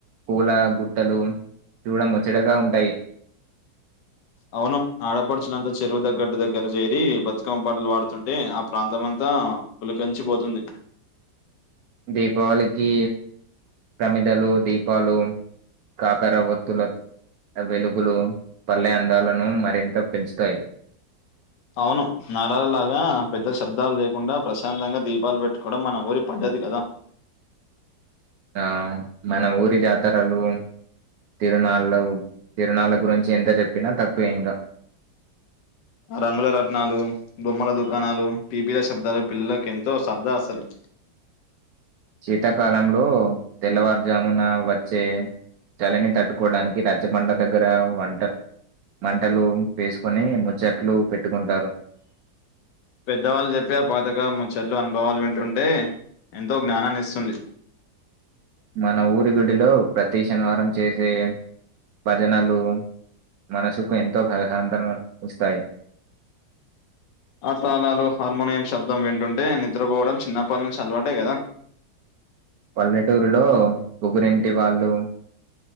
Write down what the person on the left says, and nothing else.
అవును ఆడపడుచుల అంతా చెరువు దగ్గట్టు దగ్గర చేరి బతుకమ్మ పాటలు వాడుతుంటే ఆ ప్రాంతంమంత తా పులకంచిపోతుంది
అవును నారాల్లగా పెద్ద శబ్దాలు లేకుండా ప్రశాంతంగా దీపాలు పెట్టుకోవడం మన ఊరి పద్ద అది కదా
రంగుల రత్నాలు బొమ్మల దుకాణాలు పీపీల శబ్దాలు పిల్లలకు ఎంతో సరద అసలు
పెద్దవాళ్ళు చెప్పి ఆ పాతక ముచట్లు అనుభవాలు వింటుంటే ఎంతో జ్ఞానాన్ని ఇస్తుంది
ఆ తాళాలు హార్మోనియం శబ్దం వింటుంటే నిద్రపోవడం చిన్నప్పటి నుంచి అలవాటే కదా